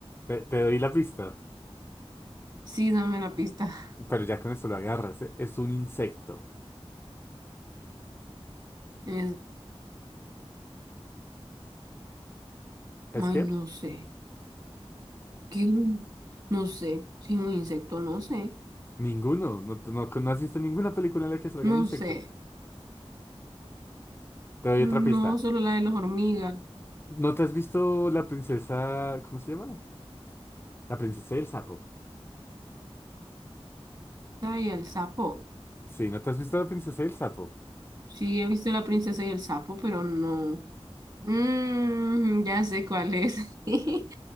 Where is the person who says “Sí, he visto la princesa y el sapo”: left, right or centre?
Right